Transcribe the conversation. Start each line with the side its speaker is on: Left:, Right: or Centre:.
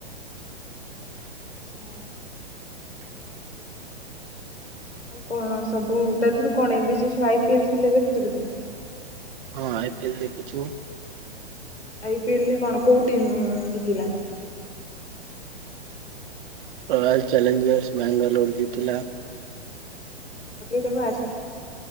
Left: ହଁ। କଣ ସବୁ ତା ଦେହରୁ କଣ ଏବେ ଯୋଉ ସବୁ ଆଇ ପିଏଲ୍ ଥିଲା ଦେଖିଥିଲୁ କି ତୁ?
Right: ହଁ ଆଇ ପିଏଲ୍ ଦେଖିଚୁ।
Left: ଆଇ ପିଏଲ୍ ରେ କଣ କୋଉ ଟିମ୍ ଉ ଜିତିଲା।
Right: ରୟାଲ ଚ୍ୟାଲେଞ୍ଜର୍ସ ବାଙ୍ଗାଲୋର ଜିତିଲା।
Left: <unintelligible> ଆଉ